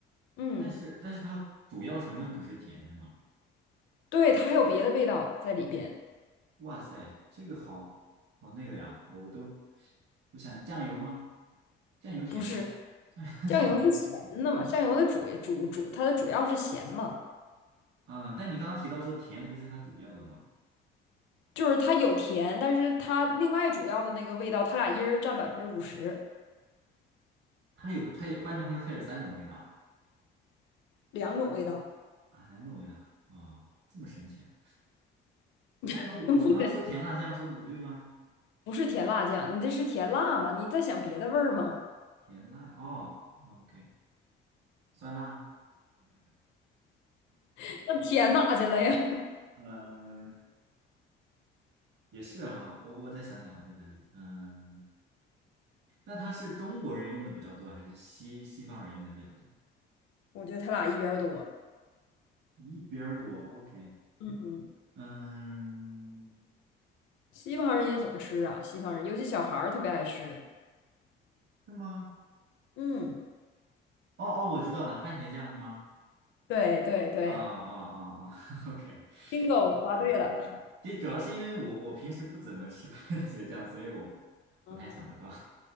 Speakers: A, on the left (about 65°); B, on the right (about 60°).
A: 嗯，
B: 但是但是它主要成分不是甜，是吗？
A: 对，它还有别的味道在里边，
B: 哇塞，这个好好那个呀，我都我想酱油吗？酱油甜吗？
A: 不是
B: 酱
A: 酱油是咸的嘛，
B: <laughs> 酱油不甜
A: 酱油的主主主它的主要是咸嘛。
B: 啊，但你刚刚提到说甜不是它主要的吗？
A: 就是它有甜，但是它另外主要的那个味道，它俩一人占百分之五十，
B: 它有它有，换句话说它有三种味道啊，
A: 两种味道，
B: 啊两种味道啊，这么神奇啊？那那我我刚刚说甜辣酱说的不对吗？
A: <laughs> 不神奇不是甜辣酱，你这是甜辣吗？你在想别的味儿吗？
B: 甜辣哦哦，OK，酸辣，
A: <laughs> 那甜哪去了呀？
B: 嗯，也是啊，我我再想想，我再想想，嗯，那它是中国人用的比较多，还是西西方人用的比较多？
A: <laughs> 我觉得它俩一边儿多。
B: 一边儿多，OK，
A: 嗯，
B: 嗯，
A: 西方人也总吃啊，西方人尤其小孩儿特别爱吃。
B: 是吗？
A: 嗯，
B: 哦哦，我知道了，番茄酱是吗？
A: 对对对
B: 啊啊啊啊 <laughs>，OK，
A: ，bingo，答对了。
B: 嗯嗯嗯，这主要是因为我我平时不怎么吃番茄酱，所以我
A: 嗯，
B: 不太想得到。